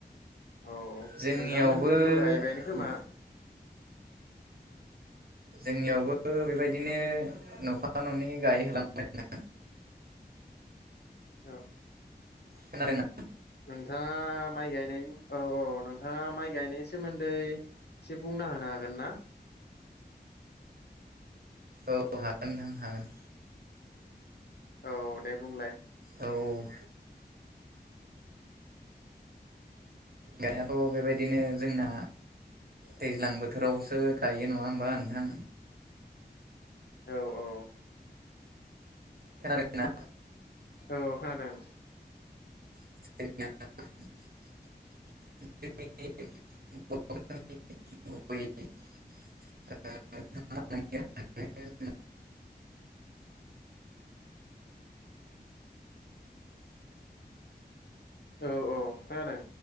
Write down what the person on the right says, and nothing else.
जोंनियावबो
जोंनियावबो बेबायदिनो न'फा न'नै गायहोलांबाय।
खोनादोंना
औ हागोनथां हागोन
औ गानायाथ' बेबायदिनो जोंना दैज्लां बोथोरावसो गायो नङा होमबा नोंथां
खोनादोंना
<unintelligible>